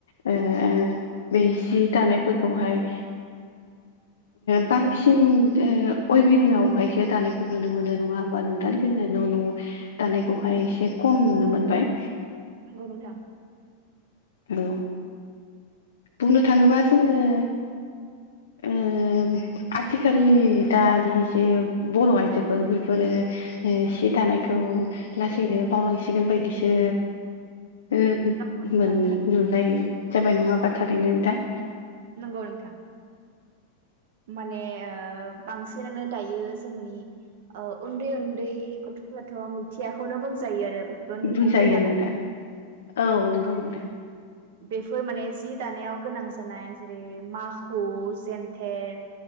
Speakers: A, on the left; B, on the right.
A: बे जि दानायफोरखौहाय बांसिन उइभिंआवहायसो दानायखौ नुनो मोनो नङा होमबा नोंथां जोङो न' न' दानायखौहाय एसे खम नुनो मोनबाय
B: नंगौ नोंथां
A: औ बुंनो थाङोबा जोङो ओम आथिखालनि दानि जे बर' आइजोफोर बेफोरो ओ सि दानायखौ लासैनो बावलांसिगोन बायदिसो ओ
B: नंगौ नोंथां
A: मोन नुनाय जाबाय नङा होमबा थारैनो नोंथां
B: नंगौ नोंथां माने ओ बांसिनानो दायो जोंनि ओ उन्दै उन्दै गथ'फोराथ' मिथियाखौनो बुंजायो आरो बेफोरखौ नुवाखै
A: बुंजायो
B: नालाय
A: नोंथां औ नंगौ नोंथां
B: बेफोर माने जि दानायाव गोनां जानाय जेरै माखु जेन थेर